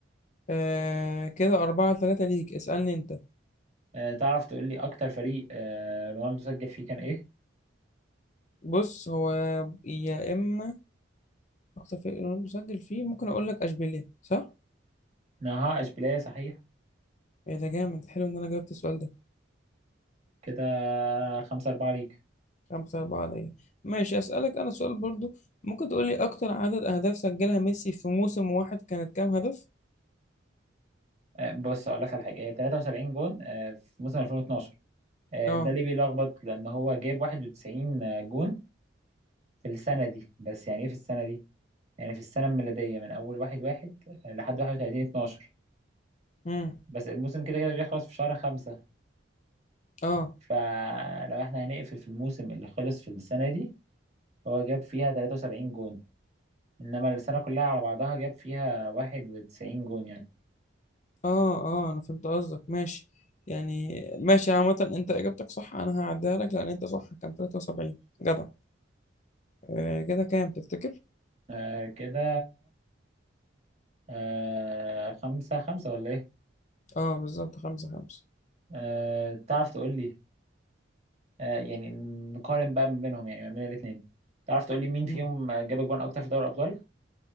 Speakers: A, on the left (about 40°); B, on the right (about 35°).
A: آه كده أربعة تلاتة ليك اسألني انت
B: آه تعرف تقول لي اكتر فريق آه رونالدو سجل فيه كان ايه
A: بص هو يا اما اكتر فريق رونالدو سجل فيه ممكن اقول لك اشبيليه صح
B: نهائش بلاي صحيح
A: ايه ده جامد حلو ان انا جاوبت السؤال ده
B: كده خمسة أربعة ليك
A: خمسة أربعة عليا ماشي أسألك أنا سؤال برضو ممكن تقولي أكتر عدد أهداف سجلها ميسي في موسم واحد كانت كام هدف؟
B: آه بص أقول لك على حاجة آه 73 جون آه في موسم 2012 آه
A: اه
B: ده ليه بيلخبط لأن هو جايب 91 جون في السنة دي بس يعني إيه في السنة دي؟ يعني في السنة الميلادية من أول واحد واحد آه، لحد 31 12
A: امم
B: بس الموسم كده كده بيخلص في شهر خمسة
A: اه
B: فلو احنا هنقفل في الموسم اللي خلص في السنة دي هو جاب فيها 73 جون انما السنة كلها على بعضها جاب فيها واحد وتسعين جون يعني
A: اه اه أنا فهمت قصدك ماشي يعني ماشي عامة أنت إجابتك صح أنا هعديها لك لأن أنت صح كان 73 جدع آه كده كام تفتكر؟
B: آه كده آه خمسة خمسة ولا ايه
A: اه بالظبط خمسة خمسة
B: آه تعرف تقول لي آه يعني نقارن بقى ما بينهم يعني ما بين الاتنين تعرف تقول لي مين فيهم
A: مم.
B: جاب اجوان اكتر في دوري الابطال